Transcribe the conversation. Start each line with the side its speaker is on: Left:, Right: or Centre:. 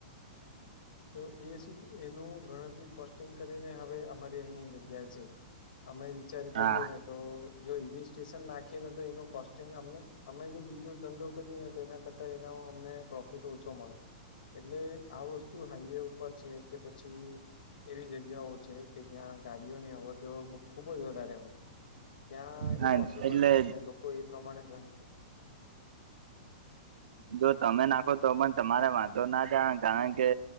Left: તો એ સુ એનો ગણતરી કર કરીને હવે અમારી અહં જગ્યા છે અમે વિચાર કરીએ
Right: હા
Left: ને તો જો ઈવી સ્ટેશન નાખીએ ને તો એનું કોસ્ટ્યંગ અમને અમે જો બીજો ધંધો કરીએ ને તો એના કરતા એનો અમને પ્રોફિટ ઓછો મળે એટલે આ વસ્તુ હાઈવે ઉપર છે કે પછી એવી જગ્યાઓ છે. કે જ્યાં ગાડીઓની અ જો ખુબ જ વધારે હોય ત્યાં
Right: હા
Left: એ પોસિબલ
Right: એટલે
Left: છે અને લોકો એ પ્રમાણે ગણ
Right: જો તમે નાખો તો પણ તમારે વાંધ તો ના જાણ કારણ કે